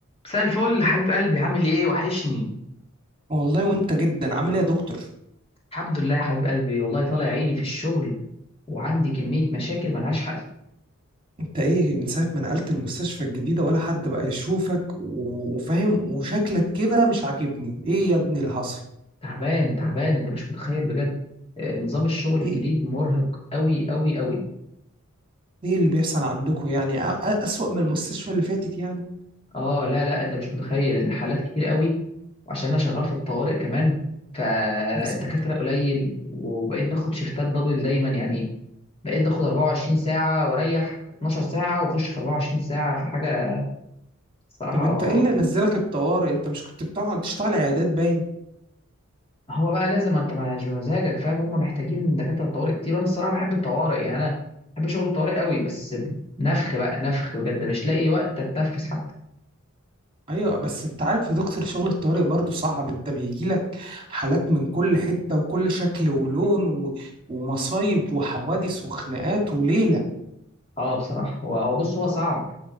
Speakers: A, on the left; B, on the right.
A: مساء الفل حبيب قلبي عامل ايه وحشني
B: والله وانت جدا عامل ايه يا دكتور
A: الحمد لله يا حبيب قلبي والله طالع عيني في الشغل وعندي كمية مشاكل ملهاش حل
B: انت ايه من ساعة ما نقلت المستشفى الجديدة ولا حد بقى يشوفك و- وفاهم وشكلك كده مش عاجبني ايه يا ابني اللي حصل
A: تعبان تعبان انت مش متخيل بجد آه، نظام الشغل الجديد
B: ايه
A: مرهق قوي قوي قوي
B: ايه اللي بيحصل عندكم يعني أ- أ- اسوأ من المستشفى اللي فاتت يعني
A: اه لا لا انت مش متخيل الحالات كتير قوي وعشان انا شغال في الطوارئ كمان فالدكاترة
B: يا ساتر
A: قليل وبقيت باخد شيفتات دبل دايما يعني بقيت باخد 24 ساعة واريح 12 ساعة واخش في 24 ساعة في حاجة الصراحة
B: طب انت ايه اللي نزلك الطوارئ انت مش كنت بتقعد تشتغل عيادات باين
A: هو بقى لازم انت مش بمزاجك فاهم هم محتاجين دكاتره طوارئ كتير وانا الصراحه بحب الطوارئ يعني انا بحب شغل الطوارئ قوي بس نفخ بقى نفخ بجد مش لاقي وقت اتنفس حتى
B: ايوه بس انت عارف يا دكتور شغل الطوارئ برضه صعب انت بيجيلك حالات من كل حتة وكل شكل ولون و... ومصايب وحوادث وخناقات وليلة
A: اه بصراحه هو هو بص هو صعب